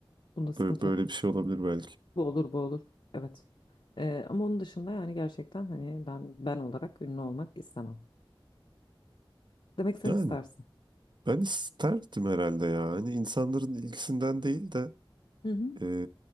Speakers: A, on the left; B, on the right.
A: Bunda sıkıntı
B: Böyle, böyle
A: yok.
B: bir şey olabilir belki.
A: Bu olur, bu olur. Evet. E, ama onun dışında yani gerçekten hani ben ben olarak ünlü olmak istemem. Demek sen
B: Yani
A: istersin.
B: ben isterdim herhalde ya. Hani insanların ilgisinden değil de
A: Hı hı.
B: eee,